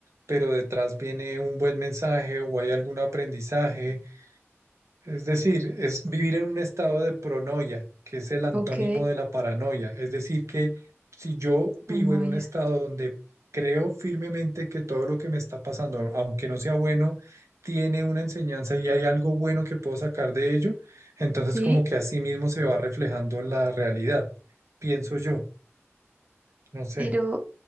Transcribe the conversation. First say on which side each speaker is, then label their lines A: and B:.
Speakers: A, on the right (about 75°); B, on the right (about 30°).
A: pero detrás viene un buen mensaje o hay algún aprendizaje es decir, es vivir en un estado de pronoia, que es el antónimo
B: Ok,
A: de la paranoia. Es decir, que si yo
B: no,
A: vivo
B: no,
A: en un
B: ya.
A: estado donde creo firmemente que todo lo que me está pasando, aunque no sea bueno, tiene una enseñanza y hay algo bueno que puedo sacar de ello, entonces
B: Sí.
A: como que así mismo se va reflejando la realidad, pienso yo, no sé.
B: Pero,